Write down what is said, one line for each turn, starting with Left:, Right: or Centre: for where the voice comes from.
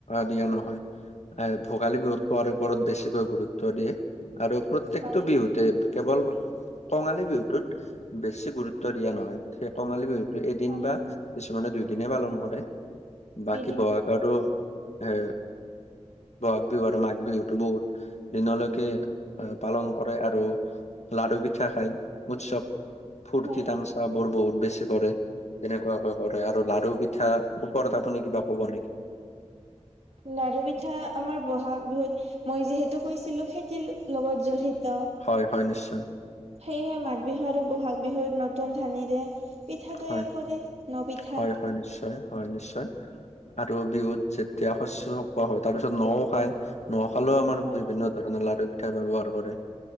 Left: দিয়া নহয়, এ ভোগালী বিহুত খোৱাৰ ওপৰত বেছিকৈ গুৰুত্ব দিয়ে। আৰু প্ৰত্যেকটো
Right: হয়
Left: বিহুতে কেৱল কঙালী বিহুতোত বেছি গুৰুত্ব দিয়া নহয়। সেই কঙালী বিহুত এদিন
Right: হয়
Left: বা কিছুমানে দুইদিনে পালন কৰে। বাকী
Right: এদিন
Left: বহাগতো সে বহাগ বিহু আৰু মাঘ বিহুতো বহুত দিনলৈকে পালন কৰে। আৰু লাৰু পিঠা খায় উৎসৱ ফুৰ্তি
Right: হয়
Left: তাম চ বোৰ বহুত বেছি কৰে তেনেকুৱাকে কৰে, আৰু লাাৰু পিঠা ওপৰত আপুনি কিবা ক'ব নেকি?
Right: লাৰু পিঠা আমাৰ বহাগ বিহুত মই যিহেতু কৈছিলো খেতিৰ লগত জড়িত।
Left: হয়, হয়, নিশ্চয়।
Right: সেয়হে মাঘ বিহু আৰু বহাগ বিহুত নতুন ধানেৰে পিঠা তৈয়াৰ
Left: হয়
Right: কৰে ন পিঠা।
Left: হয় হয় নিশ্চয়। হয় নিশ্চয়। আৰু বিহুত যেতিয়া শস্য চপোৱা হয় তাৰপিছত নও খায়। নখালেও আমাৰ
Right: হয়
Left: বিভিন্ন ধৰণৰ লাৰু পিঠা ব্যৱহাৰ কৰে।